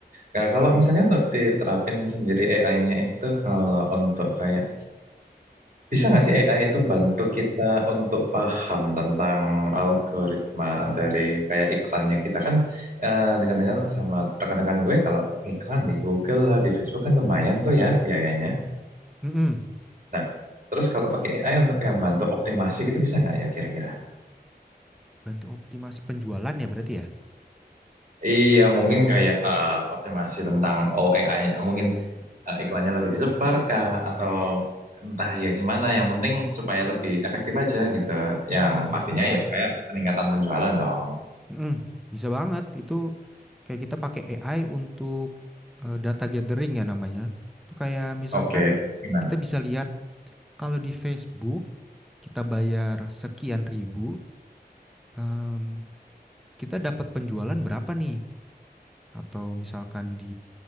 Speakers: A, on the right; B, in the centre.
A: Nah, kalau misalnya untuk diterapin sendiri AI-nya itu kalau untuk kayak bisa nggak sih AI itu bantu kita untuk paham tentang algoritma dari kayak iklannya kita kan eh, dengan-dengan sama rekan-rekan gue kalau iklan di Google lah di Facebook kan lumayan tuh ya biayanya.
B: Mm-mm.
A: Nah, terus kalau pakai AI untuk kayak bantu optimasi gitu bisa nggak ya kira-kira?
B: Bantu optimasi penjualan ya berarti ya?
A: Iya, mungkin kayak eh, optimasi tentang oh AI, mungkin eh, iklannya lebih disebar kah atau entah ya gimana. Yang penting supaya lebih efektif aja gitu.
B: Oh,
A: Yang pastinya
B: iya, iya.
A: ya supaya peningkatan penjualan dong.
B: Mm-mm. Bisa banget. Itu kayak kita pakai AI untuk eh, data gathering ya namanya. Itu kayak misalkan
A: Oke, gimana?
B: kita bisa lihat kalau di Facebook kita bayar sekian ribu, em, kita dapat penjualan berapa nih? atau misalkan di